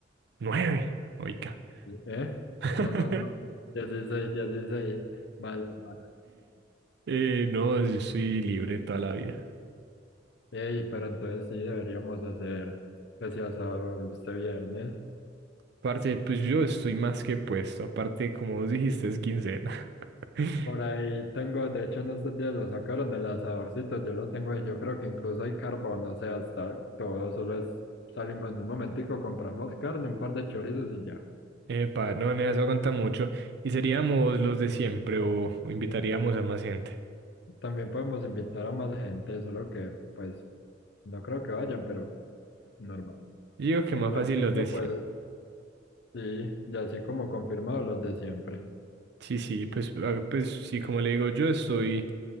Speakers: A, on the right; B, on the left.
A: ¡Nueve! Oiga.
B: ¿Eh?
A: <laughs>
B: No, no, no. 16, 16. Mala, mala.
A: Eh, no, yo soy libre toda la vida.
B: Ey, pero entonces sí deberíamos hacer ese asado este viernes.
A: Aparte, pues yo estoy más que puesto. Aparte, como vos dijiste, es quincena. <laughs>
B: Por ahí tengo, de hecho en estos días lo sacaron del asadorcito, yo lo tengo ahí, yo creo que incluso hay carbón, o sea, está todo, solo es, salimos en un momentico, compramos carne, un par de chorizos y ya.
A: Epa, no, nada, eso aguanta mucho. ¿Y seríamos los de siempre o, o invitaríamos a más gente?
B: También podemos invitar a más gente, solo que pues no creo que vayan, pero normal.
A: Yo Digo que
B: Igual
A: más fácil
B: si
A: los
B: no,
A: de siempre.
B: pues sí, ya así como confirmado los de siempre.
A: Sí, sí, pues, ah, pues sí, como le digo, yo estoy,